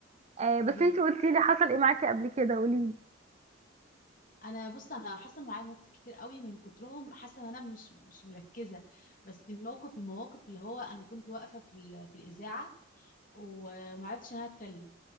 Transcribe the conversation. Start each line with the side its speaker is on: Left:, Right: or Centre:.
Right: آه
Left: قولي
Right: بس انتي
Left: لي
Right: قلتيلي حصل ايه معاكي قبل كده قوليلي
Left: انا بص انا حصل معايا موقف كتير قوي من كترهم حاسه ان انا مش مش مركزه بس موقف من المواقف اللي هو انا كنت واقفه في ال- في الاذاعه ومعرفتش ان انا اتكلم